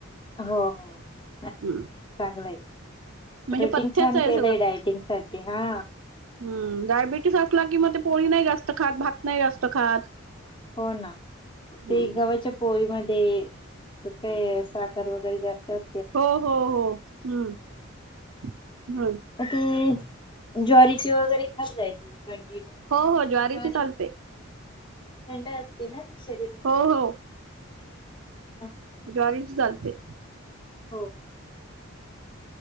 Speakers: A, on the left; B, on the right.
A: हो हो चांगलंय
B: हम्म. म्हणजे
A: रुटीन
B: पथ्याच
A: छान
B: आहे
A: केलंय डायटिंग साठी हा.
B: हू डायबिटीस असला कि म ते पोळी नाही जास्त खात भात नाही जास्त खात
A: हो ना
B: हम्म
A: ते गवाच्या पोळी मध्ये काय साखर वगैरे जास्त अस
B: हो हो हो हू म्हणून
A: म ती ज्वारीची वगैरे खात जाय कंटिन्यू
B: हो हो ज्वारीची
A: ज्वारी
B: चालते
A: थंड असते ना ती शरीरासाठी
B: हो हो
A: हा
B: ज्वारीची चालते
A: हो